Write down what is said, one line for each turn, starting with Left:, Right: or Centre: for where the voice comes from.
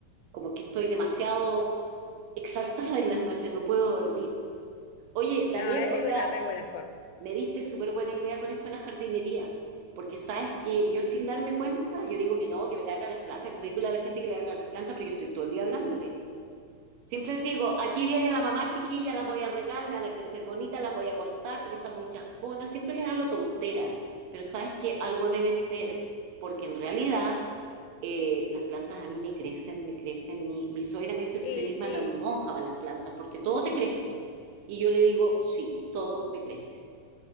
Right: como que estoy demasiado exaltada en las noches, no puedo dormir. Oye, Daniel,
Left: No, e-
Right: o
Left: es
Right: sea,
Left: una re buena forma.
Right: me diste súper buena idea con esto de la jardinería, porque sabes que yo sin darme cuenta, yo digo que no, que me cargan las plantas, que ridícula la gente que le habla a las plantas, pero yo estoy todo el día hablándole. Siempre les digo, aquí viene la mamá chiquilla, las voy a regar, me van a crecer bonitas, las voy a cortar porque están muy chasconas, siempre les hablo tontera, pero sabes que algo debe ser, porque en realidad eh, las plantas a mí me crecen, me crecen, mi, mi suegra me dice, tú
Left: Y
Right: tenés
Left: sí,
Right: mano en monja para las plantas, porque todo te crece. Y yo le digo, sí, todo me crece. <laughs>